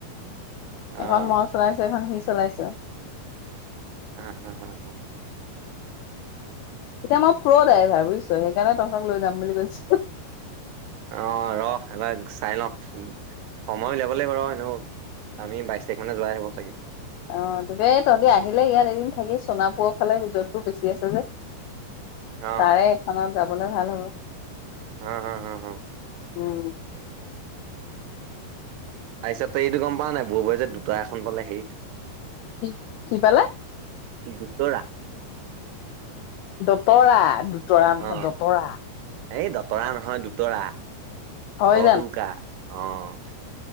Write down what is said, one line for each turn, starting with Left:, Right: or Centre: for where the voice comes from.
Right: অ',
Left: এখন মই চলাইছো এখন সি চলাইছে।
Right: হা হা হা।
Left: এতিয়া মই প্ৰ ড্ৰাইভাৰ বুজিছ সেইকাৰণে তহঁতক লৈ যাম বুলি কৈছোঁ।
Right: অ' ৰহ এবাৰ চাই লওঁ, সময় উলিয়াব লাগিবৰ এনে আমি বাইশ তাৰিখ মানে যোৱাই হ'ব চাগে।
Left: অ', দে তহঁতি আহিলে ইয়াত এদিন থাকি সোণাপুৰৰ ফালে ৰিজটবোৰ বেছি আছে যে।
Right: অ',
Left: তাৰে এখনত যাবলৈ ভাল হ'ব।
Right: হা হা হা হা।
Left: উম।
Right: তাৰপিছত তই এইটো গম পা নে নাই ভোৰভোৰাই যে পালে হেৰিত।
Left: কি কি পালে?
Right: দুতৰা‌।
Left: দতৰা দুতৰা নহয়
Right: অ
Left: দতৰা।
Right: এই দতৰা নহয়, দুতৰা 'দ'ত
Left: হয়
Right: 'ও' কাৰ, অ'।